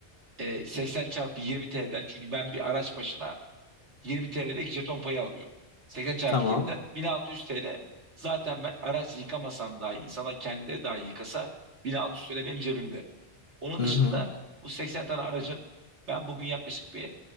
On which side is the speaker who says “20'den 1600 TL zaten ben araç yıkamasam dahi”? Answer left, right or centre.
Right